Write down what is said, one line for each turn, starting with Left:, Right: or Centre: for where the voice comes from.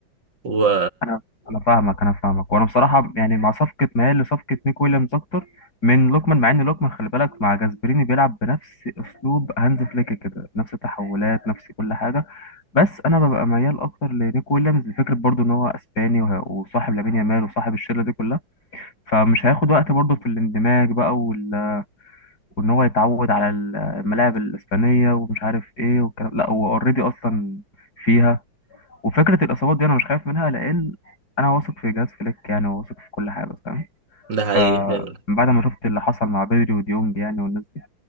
Right: و
Left: انا انا فاهمك انا فاهمك وانا بصراحه يعني مع صفقه ميال لصفقه نيك ويليامز اكتر من لوكمان مع ان لوكمان خلي بالك مع جاسبريني بيلعب بنفس اسلوب هانز فليك كده نفس التحولات نفس كل حاجه بس انا ببقى ميال اكتر لنيك ويليامز لفكره برضو ان هو اسباني وه- وصاحب لامين يامال وصاحب الشله دي كلها فمش هياخد وقت برضو في الاندماج بقى وال... وان هو يتعود على الملاعب الاسبانيه ومش عارف ايه والكلام لا هو اوريدي اصلا فيها وفكرة الإصابات دي أنا مش خايف منها لأن أنا واثق في جهاز فليك يعني وواثق في كل حاجة فاهم
Right: ده حقيقي
Left: فبعد
Right: فعلا
Left: ما شفت اللي حصل مع بدري وديونج يعني والناس دي